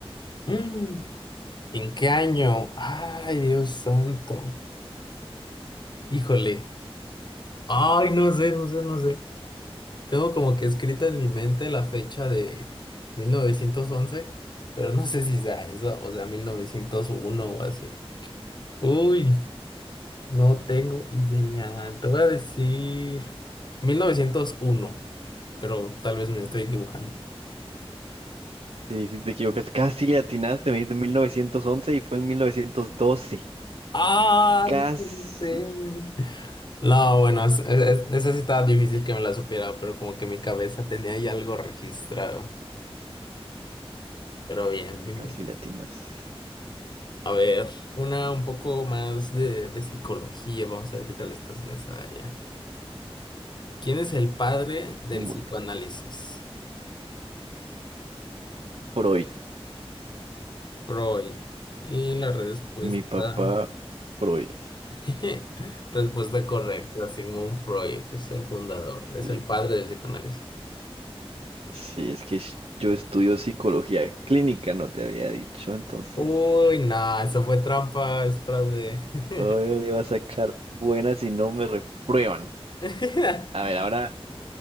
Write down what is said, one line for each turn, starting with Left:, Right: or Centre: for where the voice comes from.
Left: Mm, ¿En qué año? Ay, Dios santo. Híjole. Ay, no sé, no sé, no sé. Tengo como que escrita en mi mente la fecha de 1911, pero no sé si sea eso, o sea, 1901 o así. Uy. No tengo idea. Te voy a decir 1901, pero tal vez me estoy equivocando.
Right: Sí, sí, te equivocas. Casi le atinaste, me dijiste 1911 y fue en 1912.
Left: ¡Ah!
Right: Casi,
Left: No puede ser. No, bueno, es- es- es- esa sí estaba difícil que me la supiera, pero como que mi cabeza tenía ya algo registrado. Pero bien,
Right: pero
Left: bien,
Right: casi
Left: bien.
Right: le atinas.
Left: A ver, una un poco más de, de psicología. Vamos a ver qué tal estás en esa área. ¿Quién es el padre del
Right: Bueno,
Left: psicoanálisis?
Right: Freud,
Left: Freud. Y la respuesta
Right: mi papá Freud.
Left: <laughs> Respuesta correcta, Sigmund Freud es el fundador,
Right: sí
Left: es el padre del psicoanálisis.
Right: Sí, es que sh- yo estudio psicología clínica, no te había dicho, entonces
Left: Uy, nah, eso fue trampa, es fraude. <laughs>
Right: hoy le va a sacar buenas si no me reprueban.
Left: <laughs>
Right: A ver, ahora